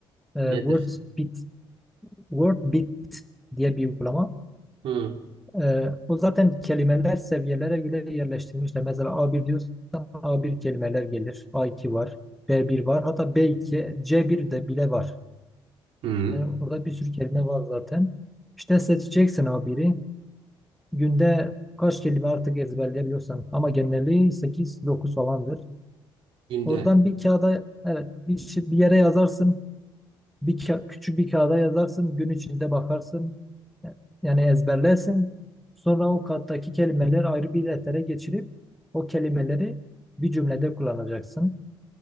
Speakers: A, in the centre; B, on the right.
A: Ee,
B: Nedir?
A: WordBit, WordBit diye bir uygulama.
B: Hı.
A: Ee, o zaten kelimeler seviyelere göre yerleştirilmişler. Mesela a bir diyorsan a bir kelimeler gelir. a iki var. b bir var. Hatta b iki, c bir de bile var.
B: Hı.
A: Yani orada bir sürü kelime var zaten. İşte seçeceksin A1'i. Günde kaç kelime artık ezberleyebiliyorsan. Ama genelliği 8-9 falandır.
B: Günde.
A: Oradan bir kağıda evet bir, şey- bir yere yazarsın. Bir ka- küçük bir kağıda yazarsın. Gün içinde bakarsın. Yani ezberlersin. Sonra o kattaki kelimeleri ayrı bir deftere geçirip o kelimeleri bir cümlede kullanacaksın.